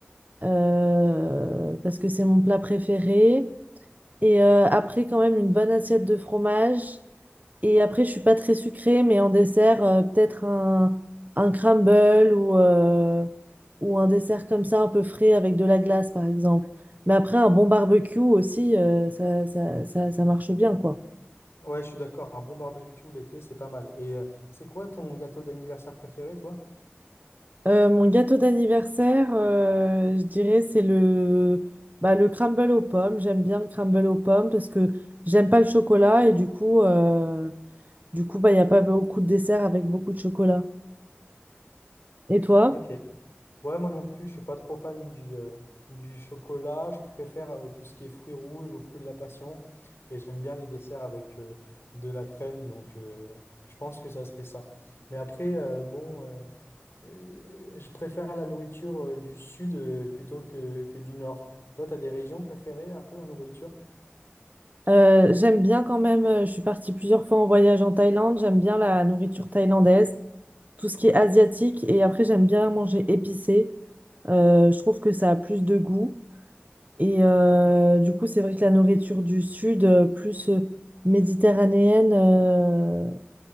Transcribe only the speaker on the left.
Ouais, je suis d'accord, un bon barbecue l'été, c'est pas mal. Et euh, c'est quoi ton gâteau d'anniversaire préféré, toi?
Ok. Ouais, moi non plus, je suis pas trop fan du, euh, du chocolat. Je préfère euh, tout ce qui est fruits rouges ou fruits de la passion. Et j'aime bien les desserts avec euh, de la crème, donc euh, je pense que ça serait ça. Mais après, euh, bon. euh, Euh, je préfère la nourriture euh, du sud euh, plutôt que, que du nord. Toi, t'as des régions préférées un peu en nourriture?